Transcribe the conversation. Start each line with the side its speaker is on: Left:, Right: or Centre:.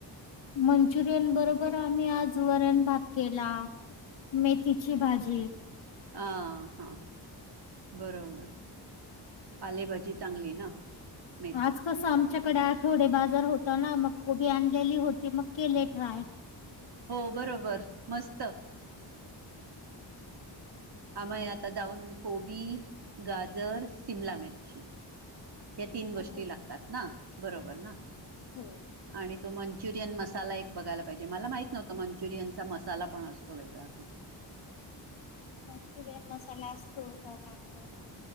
Left: मंचुरियन बरोबर आम्ही आज वरण भात केला. मेथी ती ची भाजी.
Right: आ हा बरोबर पालेभाजी चांगली ना- मेथीची
Left: आज कसं आमच्याकडे आ- थोडे बाजार होता ना मग कोबी आणलेली होती मग केले ट्राय.
Right: हो बरोबर मस्त आम्ही आता जाऊन कोबी गाजर शिमला मिरची- या तीन गोष्टी
Left: हो
Right: लागतात ना. बरोबर ना?
Left: हो
Right: आणि तो मंचुरियन मसाला एक बघायला पाहिजे मला माहित नव्हत मंचुरियनचा मसाला पण असतो वेगळा तो
Left: मंचुरियन मसाला असतो हो त्या नंतर